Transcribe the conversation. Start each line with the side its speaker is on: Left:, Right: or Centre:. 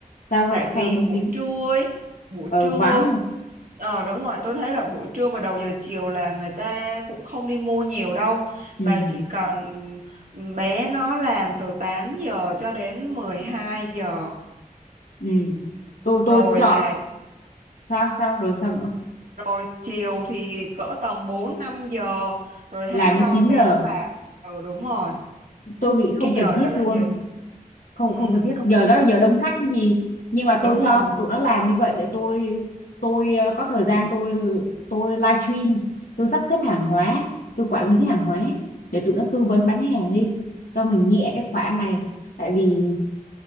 Left: sao
Right: tại vì
Left: sao 4
Right: buổi
Left: tiếng
Right: trưa ấy buổi
Left: ờ
Right: trưa
Left: vắng rồi.
Right: ờ đúng rồi tôi thấy là buổi trưa và đầu giờ chiều là người ta cũng không đi mua nhiều đâu
Left: ừ
Right: bà chỉ cần bé nó làm từ 8 giờ cho đến mười hai giờ
Left: ừ tôi tôi
Right: rồi
Left: chọn
Right: là
Left: sao sao rồi sao nữa
Right: rồi chiều thì cỡ tầm 4 5 giờ rồi hãng
Left: làm
Right: cho
Left: đến chín
Right: bé
Left: giờ
Right: nó vào ừ đúng rồi
Left: tôi nghĩ không
Right: cái giờ
Left: cần thiết
Right: đó là
Left: luôn
Right: giờ gì?
Left: không
Right: ừ,
Left: không cần thiết
Right: không-
Left: giờ
Right: phải-
Left: đó là giờ đông khách cái gì nhưng mà
Right: đúng
Left: tôi
Right: rồi
Left: cho tụi nó làm như vậy để tôi tôi ờ, có thời gian tôi tôi live stream tôi sắp xếp hàng hóa tôi quản lý hàng hóa để tụi nó tư vấn bán hàng đi cho mình nhẹ cái khoản này tại vì